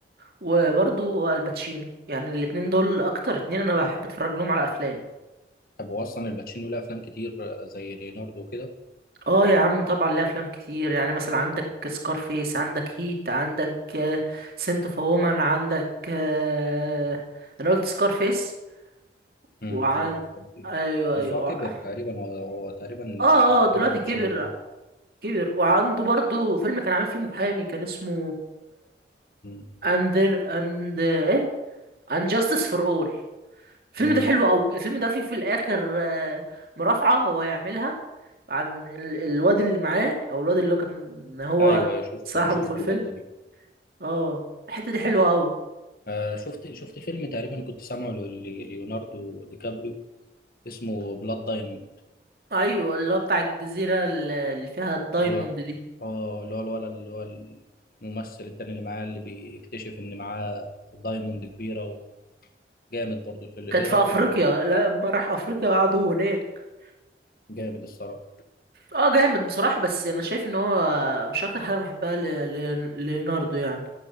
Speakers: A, on the right (about 55°); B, on the left (about 55°).
A: وبرضه الباتشينو يعني الاتنين دول اكتر اتنين انا بحب اتفرج لهم على افلام
B: طب هو اصلا الباتشينو له افلام كتير آه، زي ليوناردو وكده
A: اه يا عم طبعا ليه افلام كتير يعني مثلا عندك سكارفيس عندك هيت عندك سنت اوف وومن عندك آه، انا قلت سكارفيس
B: امم
A: وعن
B: لو-
A: ايوه ايوه
B: بس هو كبر
A: اه
B: تقريبا هو هو تقريبا
A: اه
B: تقريبا
A: دلوقتي
B: ما كانش
A: كبر
B: موجود
A: كبر وعنده برضو فيلم كان عامل فيه محامي كان اسمه
B: امم
A: اندر اند ايه اند جاستس فور اول الفيلم
B: امم
A: ده حلو قوي الفيلم ده فيه في الاخر آه، مرافعة هو هيعملها عن ال- الواد اللي معاه او الواد اللي هو كان هو
B: ايوه شفت
A: صاحبه
B: انا شفت
A: في الفيلم
B: اللقطه دي
A: اه الحتة دي حلوة قوي
B: آه شفت شفت فيلم تقريبا كنت سامعه ل- ل- ليوناردو دي كابريو اسمه بلاد دايموند
A: ايوه اللي هو بتاع الجزيرة ال- اللي فيها الدايموند
B: اللي هو
A: دي
B: اه اللي هو الولد اللي هو الممثل التاني اللي معاه اللي بيكتشف ان معاه دايموند كبيرة وجامد برضه الفيلم
A: كانت
B: ايه
A: في
B: رأيك
A: افريقيا
B: الفيلم؟
A: لا لما راح افريقيا قعدوا هناك
B: جامد الصراحة
A: اه جامد بصراحة بس انا شايف ان هو مش اكتر حاجة أنا بحبها ل... ل... ليوناردو يعني